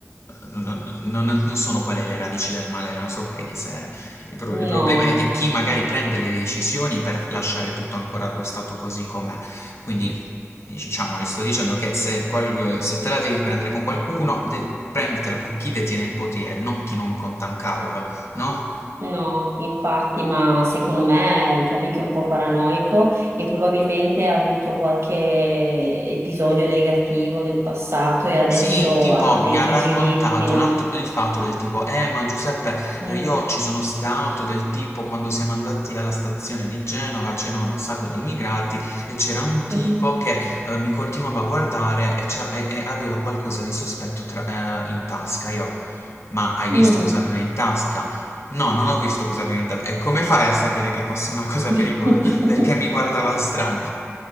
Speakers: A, on the left; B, on the right.
A: non, non- non sono quelle le radici del male nel nostro paese. Il, pro-
B: No,
A: il problema è, è chi magari prende le decisioni per lasciare tutto ancora lo stato così com'è. Quindi, diciamo, gli sto dicendo che se, qual- se te la devi prendere con qualcuno, de- prenditela con chi detiene il potere, non chi non conta un cavolo, no?
B: no, infatti, ma secondo me il tuo amico è un po' paranoico e probabilmente ha avuto qualche episodio negativo nel passato e adesso
A: Sì, tipo
B: ha dei
A: mi ha
B: pregiudizi,
A: raccontato
B: no?
A: un altro- il fatto del tipo, eh ma Giuseppe,
B: Mm,
A: eh, io ci sono stato del tipo quando siamo andati alla stazione di Genova, c'erano un sacco di immigrati e c'era un tipo
B: mm,
A: che eh, mi continuava a guardare e, c'ha- e- e aveva qualcosa di sospetto tra- eh, in tasca. Io, ma hai
B: mm.
A: visto cosa aveva in tasca? No, non ho visto cosa aveva in tasca. E come fai a sapere che fosse una cosa
B: <laughs>
A: pericolosa? Perché mi guardava strano.